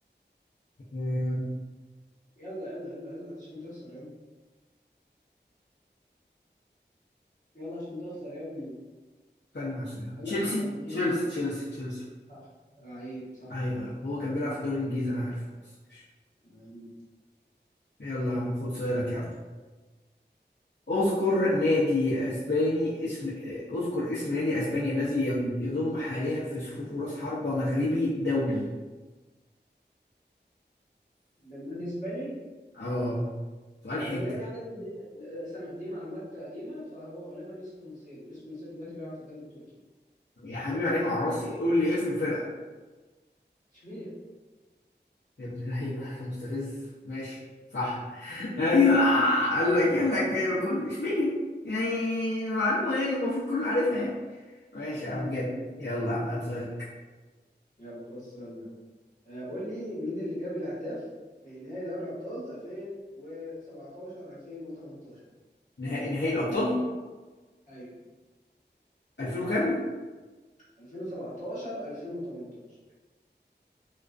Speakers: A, on the left; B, on the left.
A: آه،
B: يلا يلا يلا يلا عشان تخسر يلا يلا عشان تخسر يا ابني
A: ثانية واحدة، ثانية واحدة.
B: فاضل
A: تشيلسي
B: لك محاولتين
A: تشيلسي تشيلسي تشيلسي
B: صح لعيب صح
A: ايوه ايوه هو كان بيلعب في الدوري الانجليزي انا عارف خلاص ماشي.
B: لعيب
A: يلا يا عم خد سؤالك يا عم اذكر نادي اسباني اسم اذكر اسم نادي اسباني الذي ين- يضم حاليا في صفوفه راس حربة مغربي دولي
B: ده النادي اسباني
A: اه سؤال
B: هو
A: حنكة
B: بما ان يعني إن دي لا، استنى دي معلومات قديمه فهو غالبا يوسف النصيري ويوسف النصيري دلوقتي بيلعب في الدوري التركي
A: يا حبيبي على عيني وعلى راسي قول لي اسم الفرقة
B: اشبيليا
A: يا ابن اللعيبة <laughs> مستفز ماشي صح <laughs> ايوه قال لك قال لك كل اشبيليه يعني معلومة يعني المفروض كله عارفها يعني ماشي يا
B: امم
A: عم جامد يلا يا عم هات سؤالك
B: يلا خد السؤال ده آه، قول لي مين اللي جاب الاهداف في نهائي دوري الابطال 2017 2018
A: نهائي نهائي الابطال
B: ايوه
A: 2000 وكام؟
B: 2017 2018